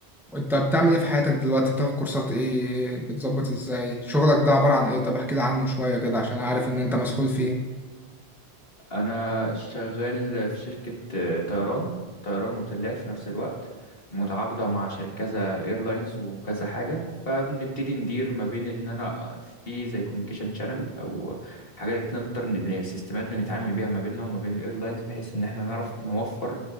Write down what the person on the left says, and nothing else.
انا شغال في شركة آه، طيران طيران وتلات في نفس الوقت متعاقدة مع شركة كذا ايرلاينز وكذا حاجة فبنبتدي ندير ما بين ان انا في زي كوميونيكيشن شانل او حاجات نقدر ن- يعني السيستمات بنتعامل بيها ما بيننا وما بين الايرلاينز بحيث ان احنا نعرف نوفر